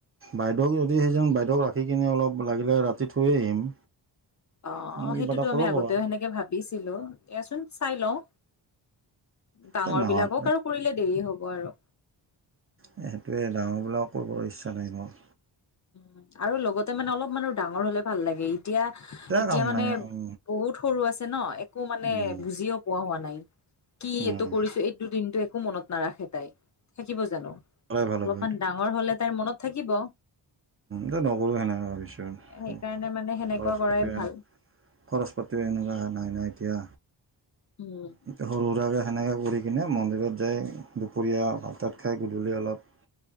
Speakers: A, on the right; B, on the left.
A: বাইদেউক যদি বাইদেউক ৰাখি কিনে অলপ লাগিলে ৰাতি থৈয়ে আহিম
B: অ'
A: এনে
B: অ'
A: কিবা
B: সেইটোতো
A: এটা কৰিব
B: আমি আগতেও
A: পাৰা
B: সেনেকে ভাবিছিলো দিয়াচোন চাই লওঁ। ডাঙৰ
A: তে নাহাত
B: বিলাকক আৰু কৰিলে দেৰি হ'ব। হ'ব আৰু।
A: সেইটোৱে ডাঙৰ বিলাক কৰিবলৈ ইচ্ছা নাই মোৰ।
B: উম আৰু লগতে মানে অলপ মানুহ ডাঙৰ হলে ভাল লাগে ই এতিয়া এতিয়া
A: কাম
B: মানে
A: নাই উম
B: বহুত সৰু আছ ন এক একো মানে
A: উম
B: বুজিও পোৱা হোৱা নাই কি
A: উম
B: এইটো কৰিছো এইটো দিনটো একো মনত নাৰাখে তাই থাকিব জানো?
A: কৰাই ভাল হ'ব
B: অলপমান ডাঙৰ হ'লে তাইৰ মনত থাকিব।
A: দে নকৰোঁ সেনেকে ভাবিছোঁ
B: সেইকাৰণে মানে সেনেকুৱা
A: খৰচ
B: কৰাই
A: পাতিও-
B: ভাল।
A: খৰচ পাতিও এনেকুৱা নাই, নাই না এতিয়া।
B: উম,
A: এতিয়া সৰু-হুৰুাকে সেনেকে কৰি কিনে মন্দিৰত যায় দুপৰীয়া ভাত- তাত খাই গধূলি অলপ